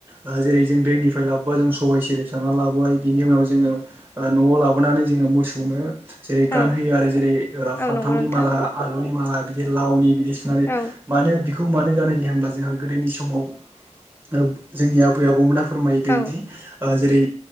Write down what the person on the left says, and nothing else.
औ
औ
नंगौ नोंथां
औ
औ